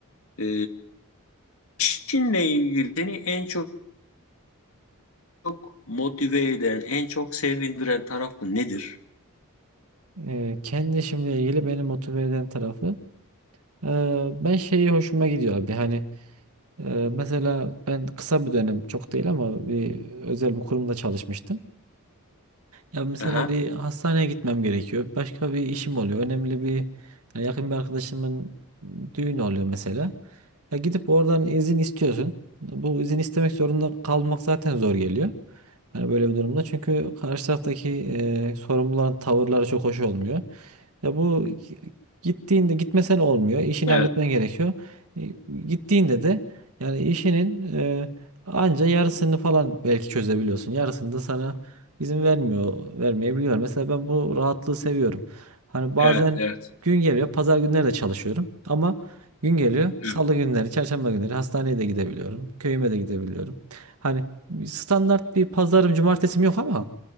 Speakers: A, on the left; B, on the right.
A: E, işinle ilgili seni en çok, çok motive eden, en çok sevindiren tarafı nedir?
B: E, kendi işimle ilgili beni motive eden tarafı Eee, ben şeyi hoşuma gidiyor abi hani eee, mesela ben kısa bir dönem çok değil ama bir özel bir kurumda çalışmıştım. Ya mesela
A: Aha.
B: bir hastaneye gitmem gerekiyor. Başka bir işim oluyor. Önemli bir ya yakın bir arkadaşımın düğünü oluyor mesela. Ya gidip oradan izin istiyorsun. Bu izin istemek zorunda kalmak zaten zor geliyor. Hani böyle bir durumda. Çünkü karşı taraftaki e, sorumluların tavırları çok hoş olmuyor. Ya bu gi- gittiğinde gitmesen olmuyor. İşini
A: Evet,
B: halletmen gerekiyor. E, Gittiğinde de yani işinin e, anca yarısını falan belki çözebiliyorsun. Yarısını da sana İzin vermiyor, vermeyebiliyor. Mesela ben bu rahatlığı seviyorum. Hani bazen
A: evet, evet.
B: gün geliyor, pazar günleri de çalışıyorum ama gün geliyor,
A: Hı.
B: salı günleri, çarşamba günleri hastaneye de gidebiliyorum, köyüme de gidebiliyorum. Hani standart bir pazarım, cumartesim yok ama